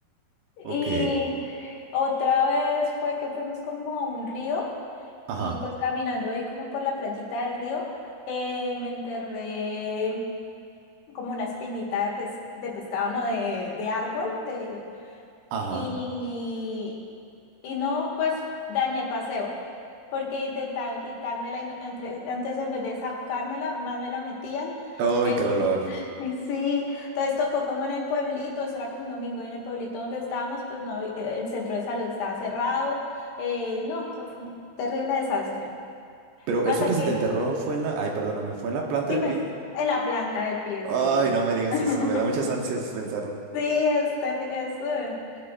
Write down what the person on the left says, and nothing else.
Y
otra vez fue que fuimos como a un río
y pues caminando ahí como por la playita del río, eh, me enterré como una espinita de, pes- de pescado, no, de, de árbol, de,
y, y no, pues dañé el paseo, porque intentaban quitármela y no- entre- antes en vez de sacármela, más me la metían.
En-
<laughs> y sí, entonces tocó como en el pueblito, eso era como un domingo, y en el pueblito donde estábamos, pues no, había- eh, el centro de salud estaba cerrado, eh, no, eso fue un terrible desastre.
Hasta
que,
dime,
en la planta del pie,
sí.
<laughs>
Sí, es terrible,